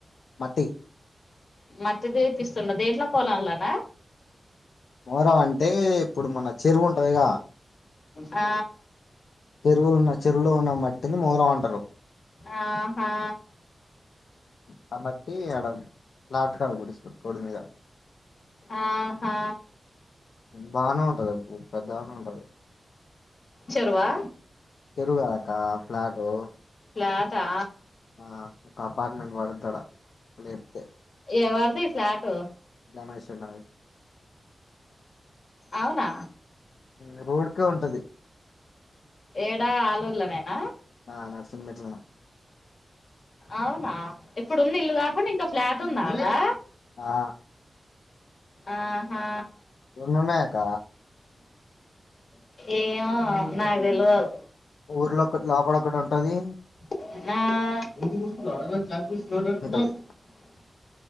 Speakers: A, on the left; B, on the left.
A: థై
B: మట్ది తీపిస్తుండ దేంట్లో పోలాల్లోనా
A: మోరం అంటే ఇప్పుడు మన చెరువు ఉంటదిగా
B: ఆ
A: చెరువులో ఉన్న మట్టిని మోరం అంటారు.
B: ఆహా!
A: కాబట్టి ఆడ లాస్ట్ కాడ కూర్చుంది ఆడ రోడ్డు మీద
B: ఆహా
A: బాగానే ఉంటది పెద్దగానే ఉంటది.
B: చెరువా?
A: చెరువు కాదక్కా ప్లాటు
B: ఫ్లాటా
A: ఆ ఒక అపార్ట్మెంట్ పడదాడా లేపితే
B: ఎవరిదీ ఫ్లాటు
A: నా మై సన్నాయి
B: అవునా
A: ఈ రోడ్కే ఉంటది
B: ఏడా ఆలూర్లనేనా
A: ఆ నర్సింగ్ మెట్లనొ
B: అవునా ఇప్పుడున్న ఇల్లు కాకుండా ఇంకా ఫ్లాట్ ఉందాదా
A: ఆ
B: ఆహా
A: రెండు ఉన్నాయక్క
B: ఏమో నాకు తెల్వదు
A: ఊర్లోక్క లోపడొక్కటి ఉంటది
B: ఆ
A: ఉంటది